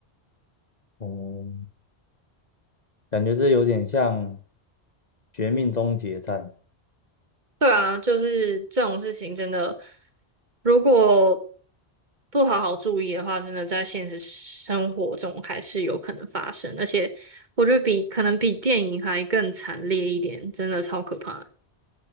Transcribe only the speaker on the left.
哦、感觉这有点像《绝命终结站》。